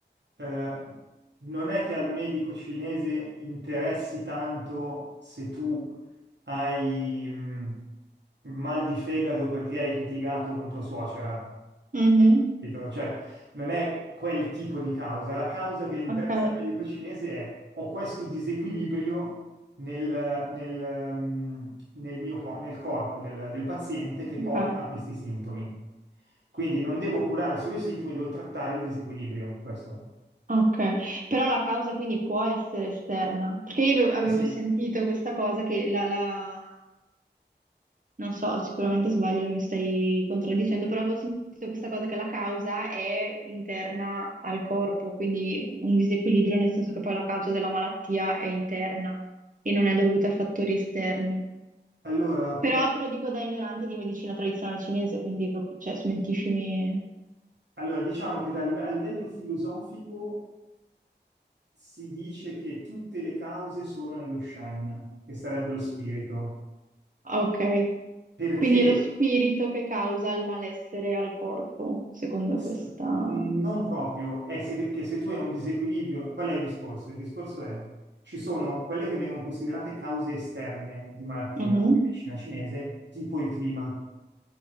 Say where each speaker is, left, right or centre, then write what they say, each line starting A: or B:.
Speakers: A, on the right; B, on the right.
A: eh, non è che al medico cinese interessi tanto se tu hai mh, mal di fegato perché hai litigato con tua suocera.
B: Mhm.
A: Capito? Cioè, non è quel tipo di causa. La causa che interessa
B: Ok,
A: al medico cinese è ho questo disequilibrio nel, nel, ehm, nel mio co- nel corpo del, del paziente che
B: ok,
A: porta a questi sintomi. Quindi non devo curare solo i sintomi, devo trattare il disequilibrio. Questo è.
B: ok. Però la causa quindi può essere esterna, perché io avevo avevo
A: Sì, sì.
B: sentito questa cosa che la, la- Non so, sicuramente sbaglio, mi stai contraddicendo, però avevo sentito questa cosa che la causa è interna al corpo, quindi un disequilibrio nel senso che poi la causa della malattia è interna e non è dovuta a fattori esterni.
A: Allora,
B: Però
A: eh,
B: te lo dico da ignorante di medicina tradizionale cinese, quindi proprio, cioè, smentiscimi.
A: allora, diciamo che da live- a livello filosofico si dice che tutte le cause sono nello Shen, che sarebbe lo spirito,
B: Ah, Ok,
A: perché
B: quindi è lo spirito che causa il malessere al corpo, secondo
A: S-
B: questa...
A: Non proprio, è se- che se tu hai un disequilibrio, qual è il discorso? Il discorso è, ci sono quelle che vengono considerate cause esterne di malattia,
B: Mhm.
A: nella medicina cinese, tipo il clima.